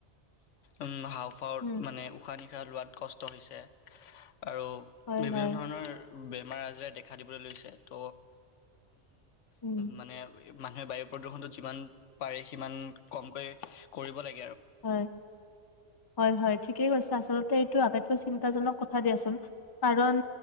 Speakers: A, on the left (about 80°); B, on the left (about 30°).
A: উম। হাওঁফাওঁত
B: উম,
A: মানে উশাহ নিশাহ লোৱাত কষ্ট। হৈছে আৰু।
B: হয়
A: বিভিন্ন
B: হয়
A: ধৰণৰ। বেমাৰ আজৰে দেখা দিবলৈ লৈছে ত'।
B: উম।
A: মানে। মানুহে বায়ু প্ৰদূষণতো যিমান। পাৰে সিমান কমকৈ কৰিব লাগ
B: হয় হয় হয়। ঠিকেই কৈছা আচলতে এইটো আটাইতকৈ চিন্তাজনক কথ কথা দিয়া চোন কাৰণ।